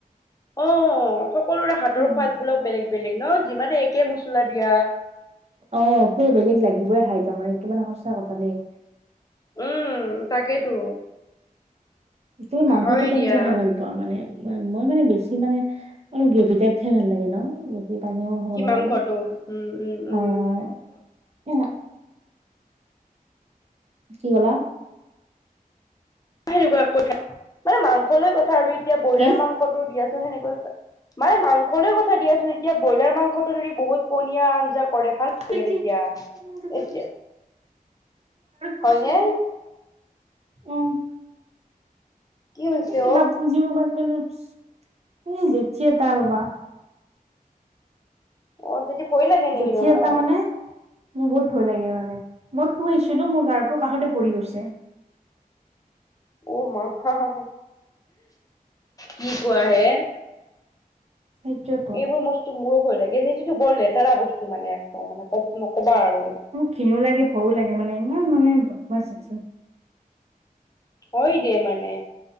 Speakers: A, on the left; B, on the right.
A: অ', সকলোৰে হাতৰ
B: উম
A: সোৱাদ বিলাক বেলেগ বেলেগ ন? যিমানে একে মছলা দিয়া।
B: অ', সেই বেলেগ লাগিবই খাই তাৰমানে, এইটো মানে সঁচা কথা নেই?
A: উম তাকেইতো।
B: তুমি মাংসটো
A: হয়
B: কেনেকুৱা
A: দিয়া।
B: খাই ভাল পোৱা মানে? মই, মই মানে বেছি মানে অলপ গ্ৰেৱী টাইপ খাই ভাল লাগে ন? বহুত পানীও হ'ব
A: কি
B: নালাগে,
A: মাংসটো উম উম
B: হয়
A: উম
B: হয় এ কি ক'লা?
A: সেনেকুৱা কথা, মানে মাংস লৈ কথা আৰু এতিয়া ব্ৰইলাৰ
B: কি
A: মাংসটো দিয়াচোন সেনেকৈ মানে মাংসলৈ কথা দিয়াচোন এতিয়া ব্ৰইলাৰ মাংসটো যদি বহুত পনিয়া আঞ্জা কৰে ভাল
B: <unintelligible>
A: লাগে তেতিয়া
B: মোৰ গাড়ীত
A: এতিয়া হয়নে
B: পৰছে মোৰ। অ'।
A: কি হৈছে
B: উম বাপুজি অ বেলকনিত, উম জেঠি এটা ৰবা।
A: অ জেঠি পৰিলেগে নেকি
B: জেঠী
A: তোমাৰ?
B: এটা মানে মোৰ বহুত ভয় লাগে মানে, মই শুই আছিলো মোৰ গাৰুটোৰ কাষতে পৰি গৈছে।
A: অ মা হা হা, কি কোৱা হে?
B: সেইটোৱেতো
A: এইবোৰ বস্তু মোৰো ভয় লাগে। জেঠুটোতো বৰ লেতেৰা বস্তু মানে, একদম মানে ক নকবা আৰু।
B: ঘিণও লাগে ভয়ো লাগে মানে ইমান মানে বদমাছ এটো।
A: হয় দে মানে,